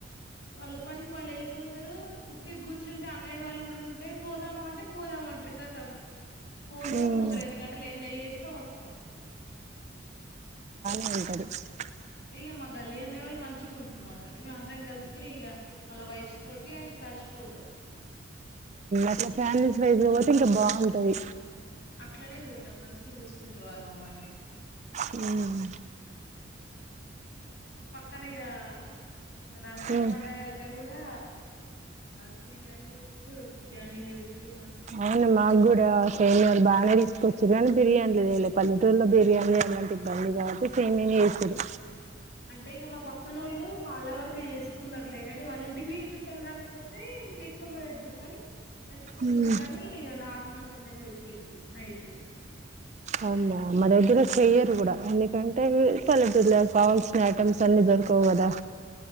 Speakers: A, on the left (about 60°); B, on the right (about 35°).
A: వాళ్ళు పనికి వాళ్ళు వెళ్ళిపోతారు. ఉట్టిగా కూర్చుంటే అన్నయ్య వాళ్ళు కూడా ఉంటే పోదామా అంటే పోదాము. ఒంటరి కతం. పోతాం
B: ఉమ్
A: ఒక రెండు గంటలు ఎంజాయ్ చేస్తాం. వస్తాం.
B: అకడి <unintelligible>
A: అంటే ఇక మా గల్లీ అన్నయ్య వాళ్ళు మంచిగా ఉంటారు. మేమందరం కలిసి ఇక వాళ్ళ వైఫ్స్ తోటి కలిసిపోతాం.
B: అట్లా ఫ్యామిలీస్ వైజ్ పోతే ఇంకా బాగుంటది.
A: అట్లనే పోతాం మంచి చూసుకుంటారు వాళ్ళు మమ్మల్ని.
B: హ్మ్.
A: పక్కన ఇగ మొన్న రంజాన్
B: ఉమ్
A: పండగ అయి అంటే కూడా సేమయాలు పోసి, బిర్యానీలు వచ్చి మ
B: అ మాగ్గూడా సేమ్యాల్ బాగానేతీసు వచ్చుగానీ, బిర్యానీ లేదుళ్లే పల్లెటూరులో బిర్యానీ అలాంటి ఇబ్బంది కాబట్టి సేమ్యానే చేసిది.
A: అంటే ఇక మా పక్కన వాళ్ళు వాళ్ళ వరకి చేసుకున్నారులే, కాని వాళ్ళ ఇంటికి చుట్టాలు రాకపోతే. కొద్దిగా ఎక్కువ పడేట్టుందిగాని ఇకచుట్టాలోచ్చిర్రు
B: ఉమ్
A: కానీ నాకు మా చెల్లెకు పెట్టేరు నైట్
B: అవున మా దగ్గర చెయ్యరు కూడా ఎందుకంటే పల్లెటూర్లో కావాల్సిన ఐటెమ్స్ అన్ని దోర్ రకవుకదా